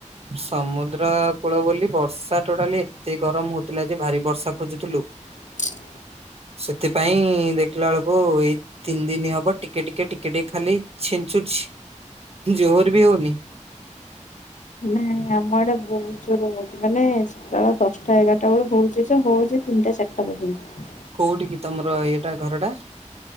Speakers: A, on the right; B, on the left.
A: ସମୁଦ୍ର କୂଳ ବୋଲି ବର୍ଷା ଟୋଟାଲି ଏତେ ଗରମ ହଉଥିଲା ଯେ ଭାରି ବର୍ଷା ଖୋଜୁଥିଲୁ।
B: <inaudible>
A: ସେଥିପାଇଁ ଦେଖିଲା ବେଳକୁ ଏଇ ତିନି ଦିନ ହବ ଟିକେ ଟିକେ ଟିକେ ଟିକେ ଖାଲି ଛିଞ୍ଚୁଛି। ଜୋର ବି ହଉନି
B: ନ ଆମର ବହୁତ ଜୋର ରେ ହଉଛି ମାନେ ସକାଳ ଦଶଟା ଏଗାରଟା ବେଳୁ ହଉଛି ଯେ ହଉଛି ତିନିଟା ଚାରିଟା ପର୍ଯ୍ୟନ୍ତ।
A: କୋଉଠି କି ତମର ୟେଟା ଘର ଟା?